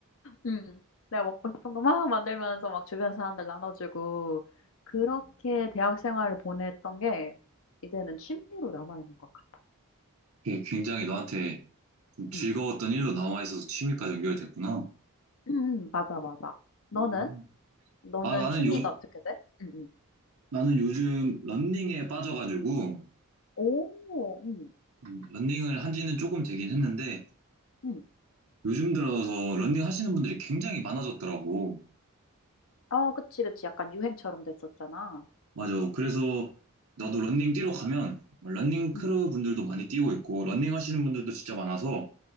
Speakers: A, on the left; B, on the right.
A: 응. 내가 먹고 싶은 거 막 만들면서 막 주변 사람들 나눠주고 그렇게 대학 생활을 보냈던 게 이제는 취미로 남아있는 것 같아.
B: 그게 굉장히 너한테 즐거웠던
A: 응.
B: 일로 남아있어서 취미까지 연결됐구나.
A: 응, 응, 맞아, 맞아. 너는?
B: 음,
A: 너는
B: 아, 나는
A: 취미가
B: 요,
A: 어떻게 돼? 응, 응.
B: 나는 요즘 런닝에 빠져가지고,
A: 오, 응,
B: 음, 런닝을 한 지는 조금 되긴 했는데,
A: 응.
B: 요즘 들어서 런닝 하시는 분들이 굉장히 많아졌더라고.
A: 어, 그치, 그치. 약간 유행처럼 됐었잖아.
B: 맞아. 그래서 나도
A: 응,
B: 런닝 뛰러 가면, 막 런닝 크루
A: 응,
B: 분들도 많이 뛰고 있고, 런닝 하시는 분들도 진짜 많아서,